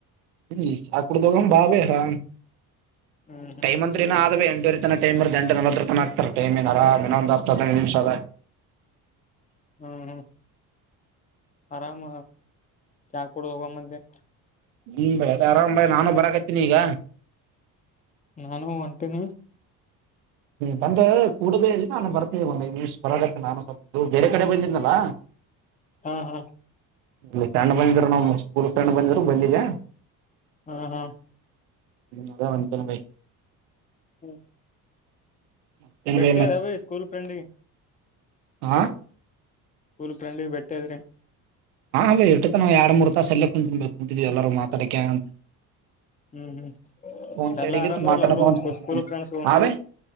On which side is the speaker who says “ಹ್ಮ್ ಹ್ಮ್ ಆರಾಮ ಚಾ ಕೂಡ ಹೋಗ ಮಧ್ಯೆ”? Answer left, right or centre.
Left